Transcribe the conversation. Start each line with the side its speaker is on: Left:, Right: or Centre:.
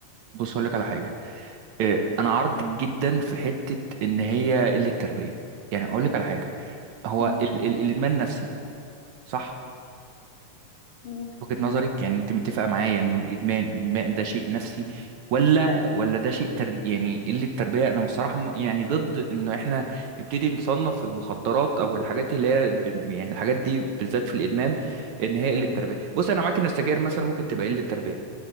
Right: بص اقول لك على حاجه إيه، انا عرض جدا في حته ان هي قله التربيه يعني اقول لك على حاجه هو
Left: مم.
Right: ال ال الادمان نفسي صح
Left: مم.
Right: وجهة
Left: مم.
Right: نظرك يعني انت متفقة معايا انه الادمان الادمان ده شيء نفسي ولا ولا ده شيء ترب يعني قلة تربية انا بصراحة م- يعني ضد انه احنا نبتدي نصنف المخدرات او الحاجات اللي هي ب- يعني الحاجات دي بالذات في الادمان ان هي قلة
Left: مم.
Right: تربية بص انا معاك ان السجاير مثلا ممكن تبقى قلة تربية